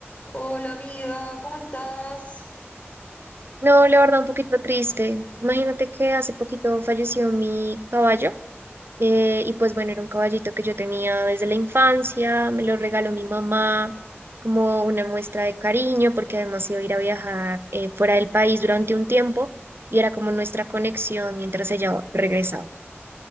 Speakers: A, on the left (about 30°); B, on the right (about 55°).
A: Hola amiga, ¿cómo estás?
B: No, la verdad, un poquito triste. Imagínate que hace poquito falleció mi caballo. eh, y pues bueno, era un caballito que yo tenía desde la infancia, me lo regaló mi mamá como una muestra de cariño, porque además iba a ir a viajar eh, fuera del país durante un tiempo y era como nuestra conexión mientras ella regresaba.